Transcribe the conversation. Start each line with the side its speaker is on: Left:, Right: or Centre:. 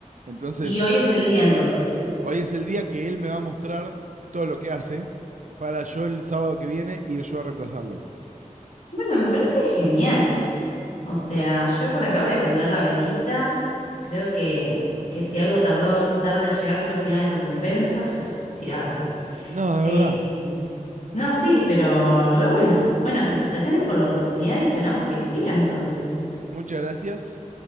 Right: Entonces,
Left: Y hoy es el día entonces.
Right: hoy es el día que él me va a mostrar todo lo que hace para yo el sábado que viene ir yo a reemplazarlo.
Left: Bueno, me parece genial. O sea, yo por acá voy a prender la velita. Creo que, que si algo tardó, tarda en llegar, pero al final hay recompensa. <laughs> Tiraba la frase.
Right: No, de
Left: Eh,
Right: verdad.
Left: no, sí, pero re bueno. Bueno, felicitaciones por la oportunidad y esperamos que siga entonces.
Right: Muchas gracias.